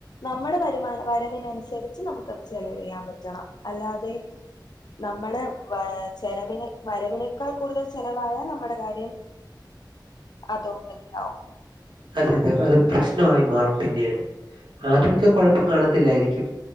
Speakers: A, on the left (about 60°); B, on the right (about 85°).
A: നമ്മുടെ വരുമാന വരവിനനുസരിച്ച് നമുക്കത് ചെലവ് ചെയ്യാൻ പറ്റണം അല്ലാതെ നമ്മുടെ വചെലവിനെ വരവിനേക്കാൾ കൂടുതൽ ചെലവായാൽ നമ്മുടെ കാര്യം അതോ ഗതിയാവും.
B: അതെ അതെ അത് പ്രശ്നമായി മാറും പിന്നീട് ആദ്യം ഒക്കെ കുഴപ്പം കാണത്തില്ലായിരിക്കും.